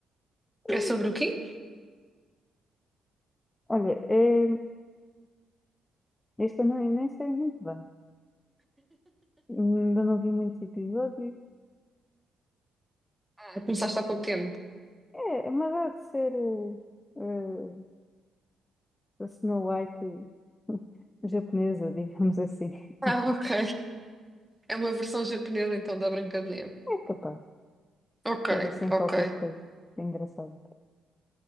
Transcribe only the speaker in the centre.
É
sobre o quê?
Ah, começaste há pouco tempo.
Ah,
ok. É uma versão japonesa então da Branca de Neve.
Ok,
ok.